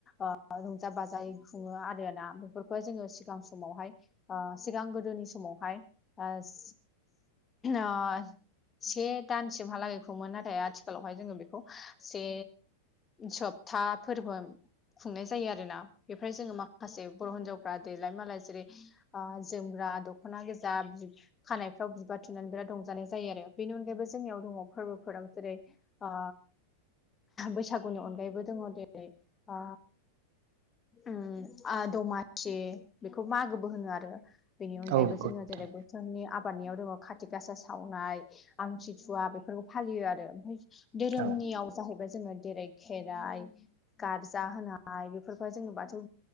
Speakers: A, on the left; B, on the right.
A: ओ रंजा बाजायै खुङो आरो ना बेफोरखौहाय जोङो सिगां समावहाय ओ सिगां गोदोनि समावहाय ओस ओ से दानसिमहालागै खौमोन नाथाय आथिखालावहाय जोङो बेखौ से सप्था फोरबो खुंनाय जायो आरोना बेफ्राय जोङो माखासे बर' हिनजावफ्रा देलाय मालाय जेरै ओ जोमग्रा दख'ना गोजा खानायफ्राव बिबार थुनानै बिराद रंजानाय जायो आरो बेनि अनगायैबो जोंनियाव दङ फोरबोफोराव जेरै ओ बैसागुनि अनगायैबो दङ जेरै ओ उम ओ दमाखि बेखौ मागोबो होनो आरो बेनि अनगायैबो
B: औ नंगौ
A: जोङो
B: नोंथां
A: जेरै बोथोरनि आबादनियाव दङ खाथि गासा सावनाय आमथिथुवा बेफोरखौ फालियो आरो। धोरोमनियाव
B: औ
A: जाहैबाय जोङो जेरै खेराइ गाज जाहोनाय बेफोरखौ जोङो बाथौ